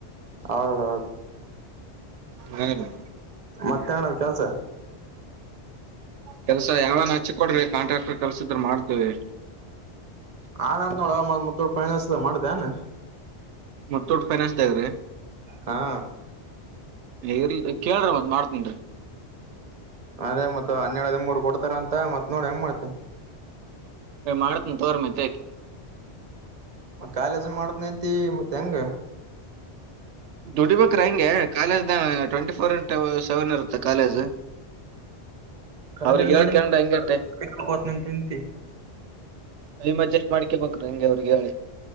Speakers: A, on the right (about 35°); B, on the right (about 90°).
A: ಹೌದೌದು
B: ಹರೀ
A: ಮತ್ತೆ ಏನದ ಕೆಲ್ಸ
B: ಕೆಲ್ಸ ಯಾವಾನ ಹಚ್ಚಿ ಕೊಡ್ರಿ ಕಾಂಟ್ರಾಕ್ಟರ್ ಕೆಲ್ಸ ಇದ್ರ ಮಾಡ್ತೀವಿ
A: ಹನಂದ್ ನೋಡ ಮುತೋಟ್ ಫೈನಾಸ್ಸ್ ಮಾಡ್ದದೇನ
B: ಮುತೋಟ್ ಫೈನಾನ್ಸ್ದಗ್ರಿ
A: ಹಾ
B: ಇಲ್ ಕೇಳ್ರಿ ಮತ್ ಮಾಡ್ತಿನ್ರಿ
A: ಅದೇ ಮತ್ತ ಹನ್ನೆರಡು ಹದಿಮೂರ್ ಕೊಡ್ತಾರ ಅಂತ ಮತ್ ನೋಡಿ ಹೆಂಗ್ ಮಾಡ್ತೆ
B: ಮಾಡ್ತನಿ ತಕೋರಿ ಮತ್
A: ಕಾಲೇಜ ಮಾಡತಿಂನಂತಿ ಮತ್ತೆ ಹೆಂಗ
B: ದುಡಿಬೇಕ್ರ ಹೆಂಗೆ college twenty four into seven ಇರುತ್ತ ಕಾಲೇಜ್ <inaudible>
A: ಕಾಲೇಜ್
B: ಅವ್ರಿಗೆ
A: ಮಾಡನಂತಿ
B: ಹೇಳ್ಕೊಂಡ್ ಹಂಗೆ
A: ಕೆಲ್ಸಕೆ ಹೋಗ್ತೀನಿ ಆಂತಿ
B: ಟೈಮ್ ಅಡ್ಜಸ್ಟ್ ಮಾಡ್ಕೇ ಬೇಕ್ರ ಹೆಂಗೆ ಅವ್ರಿ ಹೇಳಿ